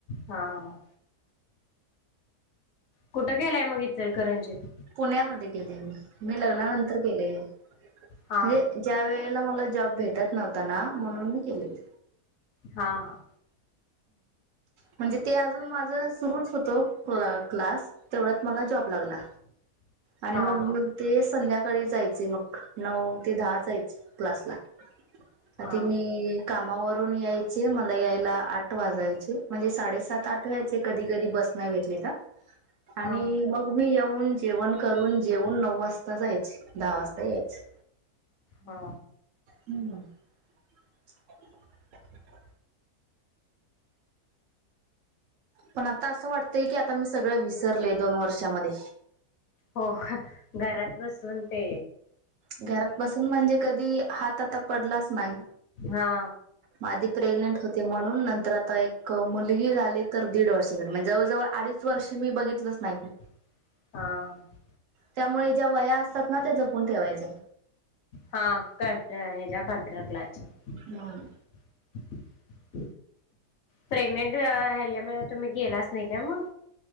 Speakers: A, on the left; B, on the right.
A: हा,, कुठं गेलाय मग इचल करंजीत.
B: पुण्यामध्ये गेले म मी लग्नानंतर केले आहे म्हणजे
A: हा
B: ज्या वेळेला मला जॉब भेटत नव्हता ना म्हणून मी केलेली
A: हा हा
B: म्हणजे ते अजून माझ सुरुच होतं क् क्लास तेवढ्याच मला जॉब लागला
A: <inaudible>
B: आणि मग
A: हा
B: ते संध्याकाळी जायचे मग,, नऊ ते दहा, जायचे क्लासला. आधी
A: हा
B: मी कामावरून यायचे,, मला यायला आठ वाजायचे,, म्हणजे साडेसातऽ आठ वायचे कधी कधी बस नाही भेटली तर. आणि
A: हा हा
B: मग मी येऊन, जेवण करून, जेवून नऊ वाजता जायच, दहा वाजता यायच.
A: हा,
B: हम्म <unintelligible> पण आता, असं वाटतंय की, आता मी सगळं विसरलेय, दोन वर्षामध्ये.
A: हो का घरात बसून ते
B: घरात बसून म्हणजे कधी, हात आता पडलाच नाही.
A: हा
B: म आधी प्रेग्नेंट होते म्हणून, नंतर आता एक मुलगी झाली, तर दीड वर्षतरी म्हणजे जवळजवळ अडीच वर्ष मी बघितलंच नाही
A: हा
B: त्यामुळे ज्या व्हया असतात ना त्या जपून ठेवायच्या.
A: हा कम्पुटर हेच्या कम्प्युटर क्लासच्या.
B: हो.
A: <unintelligible> प्रेग्नेंट राहिल्यामुळे तुम्ही गेलाच नाही काय मग?